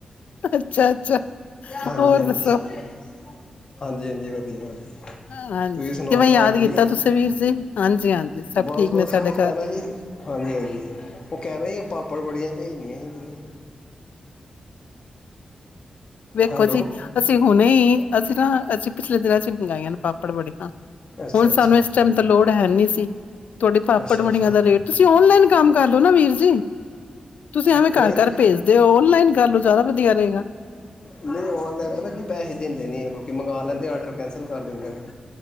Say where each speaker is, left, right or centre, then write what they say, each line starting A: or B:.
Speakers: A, on the left (about 85°); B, on the left (about 35°).
A: ਅੱਛਾ ਅੱਛਾ
B: ਹਾਂਜੀ-ਹਾਂਜੀ,
A: ਹੋਰ ਦੱਸੋ
B: ਹਾਂਜੀ-ਹਾਂਜੀ ਵਧੀਆ। ਤੁਸੀਂ
A: ਹਾਂਜੀ
B: ਸੁਣਾਓ
A: ਕਿਵੇਂ ਯਾਦ
B: ਘਰ ਠੀਕ
A: ਕੀਤਾ
B: ਨੇ
A: ਤੁਸੀਂ ਵੀਰ ਜੀ ਹਾਂਜੀ ਹਾਂਜੀ ਸਭ
B: ਬਸ-ਬਸ
A: ਠੀਕ ਨੇ ਸਾਡੇ
B: ਉਹ ਕਹਿਣਾ
A: ਘਰ
B: ਸੀ ਹਾਂਜੀ ਹਾਂਜੀ ਉਹ ਕਹਿਣਾ ਸੀ ਆਪਾਂ ੜ ਵੜੀਆਂ ਭੇਜਣੀਆ ਸੀ ਤੁਸੀਂ।
A: ਵੇਖੋ
B: ਹੈਲੋ
A: ਜੀ ਅਸੀਂ ਹੁਣੇ ਹੀ ਅਸੀ ਨਾ ਅਸੀ ਪਿਛਲੇ ਦਿਨਾਂ ਚ ਹੀ ਮੰਗਵਾਈਆਂ ਨੇ ਪਾ ਪਾਪੜ ਵੜੀਆ।
B: ਅੱਛਾ
A: ਹੁਣ
B: ਅੱਛਾ
A: ਸਾਨੂੰ ਇਸ ਟਾਈਮ ਤਾਂ ਲੋੜ ਹੈ ਨੀ ਸੀ ਤੁਹਾਡੇ ਪਾਪੜ
B: ਅੱਛਾ
A: ਵੜੀਆਂ
B: ਅੱਛਾ
A: ਦਾ ਰੇਟ ਤੁਸੀਂ ਔਨਲਾਈਨ ਕੰਮ ਕਰ ਲਓ ਨਾ ਵੀਰ ਜੀ ਤੁਸੀਂ
B: ਨਹੀਂ
A: ਐਵੇਂ ਘਰ-ਘਰ
B: ਨਹੀਂ
A: ਭੇਜਦੇ ਹੋ ਓਨਲਾਈਨ ਕਰ ਲੋ ਜ਼ਿਆਦਾ ਵਧੀਆ ਰਹੇਗਾ।
B: ਨਹੀਂ ਔਨਲਾਈਨ ਪਤਾ ਕੀ ਪੈਸੇ ਦਿੰਦੇ ਨੀ ਆ ਲੋਕੀ ਮੰਗਵਾ ਲੈਂਦੇ ਆਰਡਰ ਕੈਂਸਲ ਕਰ <unintelligible>